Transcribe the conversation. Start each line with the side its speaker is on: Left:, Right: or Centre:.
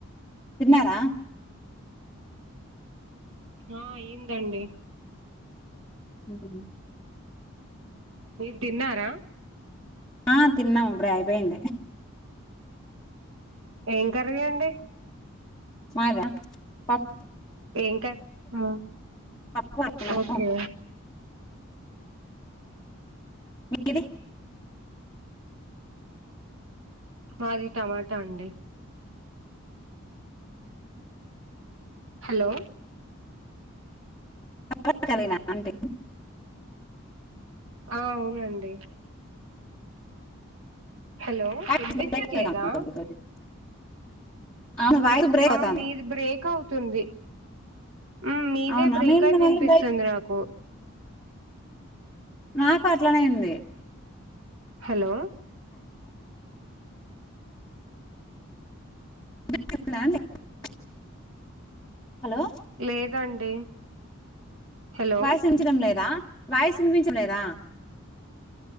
Left: తిన్నారా
Right: ఆ ఏందాండి
Left: అవున
Right: మీరు తిన్నారా
Left: ఆ తిన్నాము అప్పుడే అయిపోయింది
Right: ఏం కర్రీ అండి
Left: మాదా పప్
Right: ఏం కర్ మో
Left: పప్పు అన్నము
Right: ఓకే
Left: మీది
Right: మాది టమాటా అండి హలో
Left: <unintelligible> అంతే
Right: ఆ అవునండి హలో
Left: వాయిస్
Right: వినిపించట్లేదా
Left: బ్రేక్ అయితాంది కొద్ది కొద్దిగా అవును వాయిస్ బ్రేక్
Right: ఆ
Left: అవుతాంది
Right: మీది బ్రేక్ అవుత్ తుంది ఉ మీదే
Left: అవునా
Right: బ్రేక్
Left: నేను
Right: అయి వినిపిస్తుంది
Left: మళ్ళీ బయట
Right: నాకు
Left: నాకు అట్లనేైంది
Right: హలో
Left: <unintelligible> హలో
Right: లేదండి హలో
Left: వయసుంచడం లేదా వాయిస్ వినిపించడం లేదా